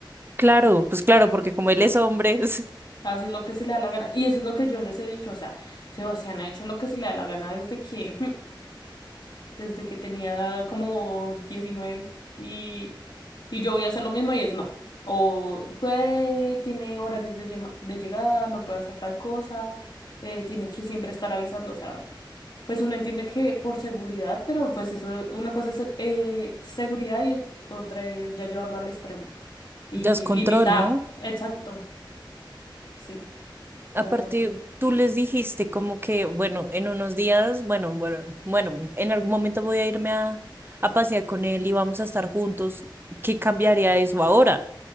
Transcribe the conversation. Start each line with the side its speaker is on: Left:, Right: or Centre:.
Right: Claro, pues claro, porque como él es hombre, <laughs>
Left: Hace lo que se le da la gana. Y eso es lo que yo les he dicho. O sea, Sebastián ha hecho lo que se le da la gana desde que <laughs> desde que tenía como 19 y, y yo voy a hacer lo mismo y es no. O puede, tiene horarios de, yema- de llegada, no puede hacer tal cosa, eh, tiene que siempre estar avisando, o sea, pues uno entiende que por seguridad, pero pues eso, una cosa es eh, seguridad y otra es ya llevarlo al extremo y
Right: ya es control,
Left: limitar,
Right: ¿no?
Left: exacto, sí, pero
Right: Aparte,
Left: no sé.
Right: tú les dijiste como que, bueno, en unos días, bueno, bueno, bueno, en algún momento voy a irme a, a pasear con él y vamos a estar juntos. ¿Qué cambiaría eso ahora?